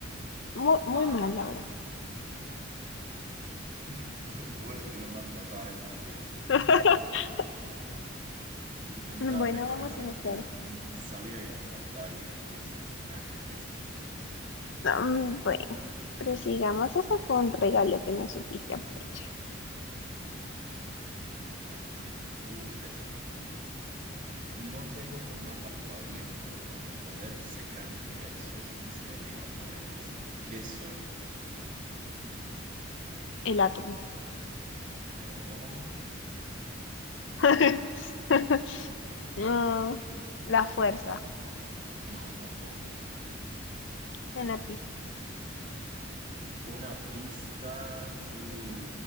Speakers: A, on the left; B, on the right.
A: Muy, muy
B: Ay,
A: mal, la verdad.
B: <laughs> lo peor es que no me acordaba de esa pieza.
A: <laughs>
B: <laughs> Intentaba
A: Bueno,
B: recordarme,
A: vamos a hacer.
B: pero mm, sabía que me faltaba alguna pieza en el ajedrez.
A: Mm, bueno. Pero sigamos, eso fue un regalo que no supiste aprovechar.
B: Ok, a ver. Uh, esta. No tengo forma palpable, pero con mi poder se crean universos y se derriban barreras. ¿Qué soy?
A: El átomo.
B: No,
A: <laughs> Mm, la fuerza.
B: no, tampoco.
A: Una pista.
B: Una pista, uh,